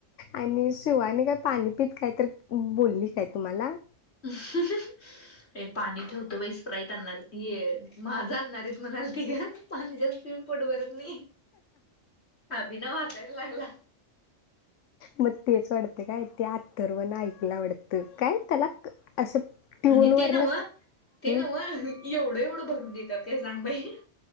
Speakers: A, on the left (about 75°); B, on the left (about 60°).
A: आणि शिवानी काय पाणी पित काय तर बोलली काय तुम्हाला?
B: <unintelligible> ए पाणी ठेवतो बाई स्प्राईट आणणार ये माझा आणणारेत म्हणालती ग. पाणी जास्त पिऊन पोट भरत नाही अभिनव हसायला लागला.
A: मग ते सोडते काय ते अर्थव न ऐकला वाडत. तर
B: हम्म.
A: काय त्याला असं ट्यून
B: आणि
A: वर
B: ते नव्ह
A: न
B: ते
A: हम.
B: नव्ह एवढं एवढं भरून देतात काय सांगबाई.